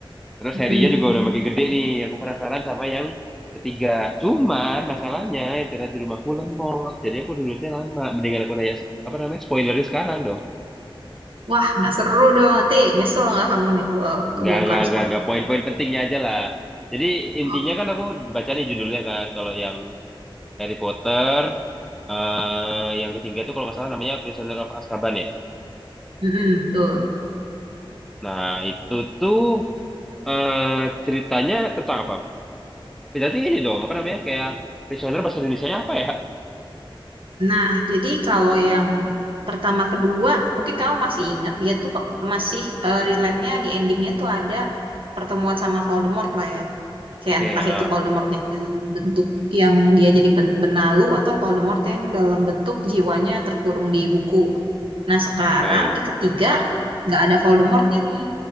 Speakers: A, in the centre; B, on the right.
A: Terus
B: Mm-mm.
A: Harry-nya juga udah makin gede nih. Aku penasaran sama yang ketiga. Cuman masalahnya internet di rumahku lemot. Jadi aku dulunya lama. Mendingan aku nanya apa namanya? Spoilernya sekarang dong.
B: Wah, nggak seru dong. Nanti nyesel nggak kamu nih kalau kebongkar
A: Nggak, nggak, nggak,
B: sport?
A: nggak. Poin-poin pentingnya aja lah. Jadi intinya
B: Oh.
A: kan aku baca nih judulnya kan. Kalau yang Harry Potter, eh yang ketiga tuh kalau nggak salah namanya Prisoner of Azkaban ya.
B: Mm-mm, betul.
A: Nah itu tuh eh ceritanya tentang apa? Berarti ini dong, apa namanya? Kayak Prisoner bahasa Indonesia apa ya?
B: Nah, jadi kalau yang pertama kedua, mungkin kamu masih ingat dia tuh kok masih eh, relate-nya di endingnya tuh ada pertemuan sama Voldemort lah ya. Kayak
A: Oke,
B: entah
A: ah,
B: itu Voldemortnya dalam bentuk yang dia jadi pen- benalu atau Voldemort yang dalam bentuk jiwanya terkurung di buku. Nah, sekarang
A: betul.
B: di ketiga nggak ada Voldemortnya nih.